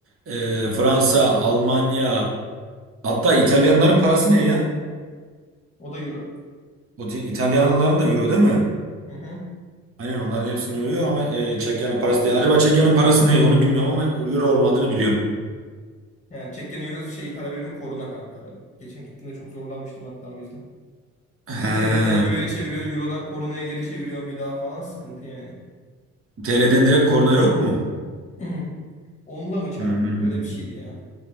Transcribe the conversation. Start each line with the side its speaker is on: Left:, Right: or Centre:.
Right: Ee, Fransa, Almanya hatta İtalyanların parası ne ya?
Left: O da euro.
Right: O İtalyanların da euro değil mi?
Left: Hı hı.
Right: Aynen onların hepsini yoruyor ama e, Çekya'nın parası değil. Acaba Çekya'nın parası ne? Onu bilmiyorum ama euro olmadığını biliyorum.
Left: Yani Çekya'nın euro şey para birimi koruna kanka ben. Geçen gittiğimde çok zorlanmıştım hatta o yüzden.
Right: He.
Left: Bir TL'den euroya çeviriyorsun, eurodan korunaya geri çeviriyorsun bir daha falan sıkıntı yani.
Right: TL'den direkt korna yok mu?
Left: Hı. Onunla mı çarpıyordun?
Right: Hmm.
Left: Öyle bir şeydi ya.